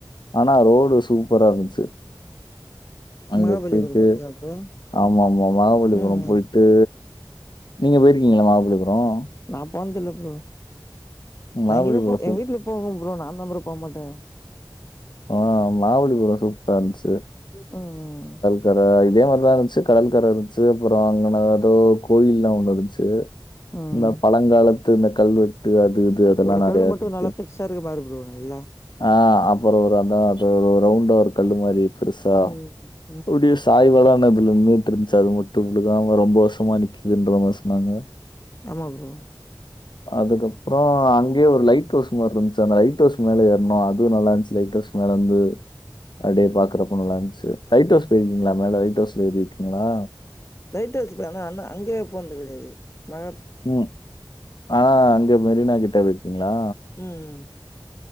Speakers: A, on the left (about 70°); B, on the left (about 35°).
A: ஆனா ரோடு சூப்பர இருந்துச்சு அங்க
B: மகாபலிபுரம்
A: போயிட்டு
B: பாத்தியா ப்ரோ
A: ஆமா ஆமா மாகாபலிபுரம்
B: ம்
A: போயிட் டு நீங்க போயிருக்கீங்களா மாகாபலிபுரம்
B: நா போனதுல ப்ரோ நா
A: மகாபலிபுரம்
B: எங்கயே போ எங்க
A: சூப்
B: வீட்டுல போங்க ப்ரோ நா தா ப்ரோ போ மாட்டே
A: ஆனா மாகபலிபுரோ சூப்ரா இருந்ச்சு
B: ம் ம்
A: கர இதே மார்தா இருந்ச்சு கடல் கர இருந்ச்சு அப்றோ அங்க ஏதோ கோயில்லா ஒன்னு இருந்ச்சு
B: ம்
A: இந்த பழங்காலத்து இந்த கல்வெ ட்டு அது இது அதல்லா
B: ஒரு
A: நறயா
B: கல்லு மட்டு
A: இருந்ச்சு
B: நல்லா பெருசா இருக்க பாரு ப்ரோ நல்லா
A: ஆ அப்றோ ஒரு அதா அது ரவுண்டா ஒரு கல்லு மாரி பெருசா
B: ம் ம்
A: அப்டிய <unintelligible> அது மட்டு விழுக்காம ரொம்ப வருசமா நிக்கிதுன்ற மாரி சொன்னாங்க
B: ஆமா ப்ரோ
A: அதுக்கப்றோ அங்கயே ஒரு லைட் ஹவுஸ் மாரி இருந்துச்சு அந்த லைட் டவுஸ் மேல ஏறுனோ அது நல்லா இருந்ச்சு லைப் ஸவுஸ் மேலருந்து அப்டியே பாக்றப் போலன்ச்சு லைட் ஹவுஸ் போய்ருக்கீங்களா மேல லைட் ஹவுஸ்ல எறிருக்கீங்ளா
B: லைட் ஹவுஸ் போனா அன்னா அங்கயே போனது கெடயாது ம
A: ம் ஆனா அங்க மெரினா கிட்ட இருக்கீங்ளா
B: ம்